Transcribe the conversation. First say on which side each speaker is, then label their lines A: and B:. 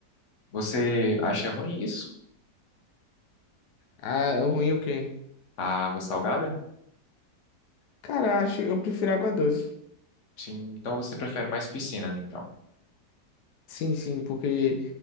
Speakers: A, on the left (about 50°); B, on the left (about 70°).
A: Você acha ruim isso?
B: Ah, o ruim é o quê?
A: A água salgada?
B: Cara, acho, eu prefiro água doce.
A: Sim, então você prefere mais piscinas, então.
B: Sim, sim, porque